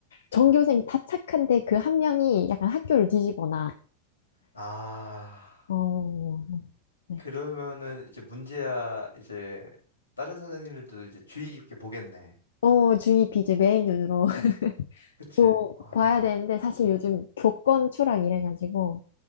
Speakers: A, on the left (about 60°); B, on the left (about 80°).
A: 전교생 다 착한데 그 한 명이 약간 학교를 뒤집어놔.
B: 아.
A: 어, 네.
B: 그러면은 이제 문제야 이제 다른 선생님들도 이제 주의 깊게 보겠네.
A: 어, 주의 비제 매일 눈으로 <laughs>
B: 그치? 그치?
A: 뭐
B: 와.
A: 봐야 되는데 사실 요즘 교권 추락 이래가지고